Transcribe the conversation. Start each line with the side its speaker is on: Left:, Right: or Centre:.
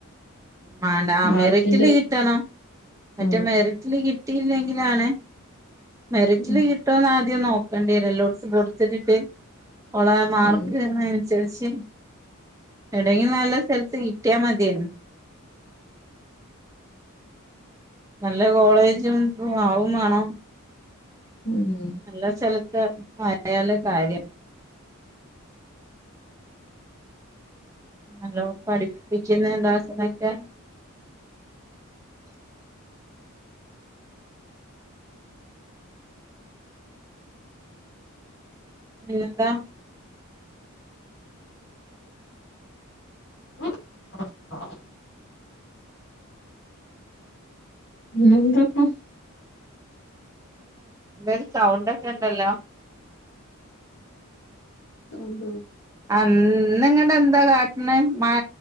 Right: മാണ്ട
Left: മാർക്കിന്റെ
Right: മെറിറ്റില് കിട്ടണം മറ്റേ
Left: ഉം
Right: മെറി റ്റില് കിട്ടിയില്ലെങ്കിലാണ് മെറിറ്റില്
Left: ഉം
Right: കി ട്ടോന്ന ആദ്യം നോക്കേണ്ടിര എല്ലോട്ത്തും കൊടുത്തിട്ടിട്ട് ഉള്ള മാർക്ക്ന്നയ്നൻസ്
Left: ഉം
Right: സരിച്ച് എടേങ്കിലും നല്ല സ്ഥലത്ത് കിട്ടിയാ മതിയന്ന് നല്ല കോളേജും ആവും വേണം
Left: ഉം
Right: നല്ല സ്ഥലത്ത് ആയാല് കാര്യം നല്ലോ പഠിപ്പിക്കുന്ന എന്താക്കുന്നെക്കെ പിന്നെന്താ
Left: <unintelligible> പിന്നെ എന്താപ്പം
Right: ന്താഒരു ചൗണ്ടൊക്കെണ്ടല്ലോ
Left: സൗണ്ടോ
Right: അന്ന് ങ്ങടെ എന്താ കാട്ട്ണ് മഴ